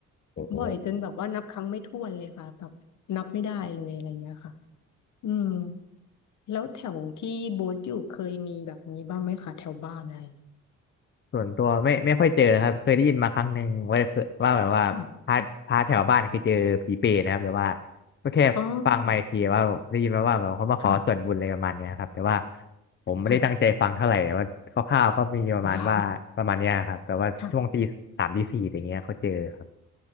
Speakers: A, on the left; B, on the left.
A: โอ้โห
B: บ่อยจนแบบว่านับครั้งไม่ถ้วนเลยค่ะแบบนับไม่ได้เลยอะไรเงี้ยค่ะอืมแล้วแถวที่โบ๊ทอยู่เคยมีแบบนี้บ้างไหมคะแถวบ้านอะไร
A: ส่วนตัวไม่ไม่ค่อยเจอนะครับเคยได้ยินมาครั้งหนึ่งว่าเคยว่าแบบว่าพาพาแถวบ้านเคยเจอผีเปรตนะครับแต่ว่า
B: ค่ะ
A: ก็แค่ฟังมาอีกทีว่าได้ยินมาว่าแบบเขามาขอส่วนบุญอะไรประมาณเนี้ยครับแต่ว่า
B: อ๋อค่ะ
A: ผมไม่ได้ตั้งใจฟังเท่าไหร่แต่ว่าคร่าวๆก็มีประมาณว่าประมาณเนี้ยครับแต่ว่าช่วงตีสามตีสี่อย่างเงี้ยเขาเจอครับ
B: ค่ะอ๋อค่ะ